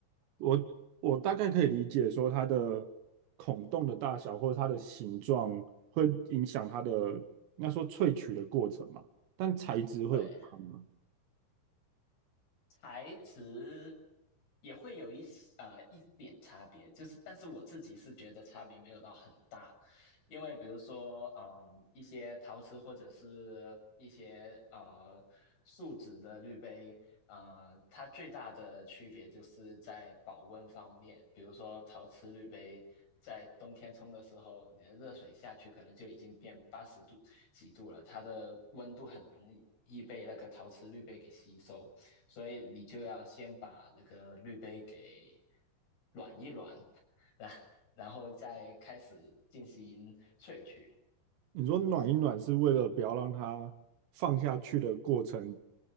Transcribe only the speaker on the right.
我我大概可以理解说它的孔洞的大小或者它的形状会影响它的应该说萃取的过程嘛，但材质会有差吗？
你说暖一暖是为了不要让它放下去的过程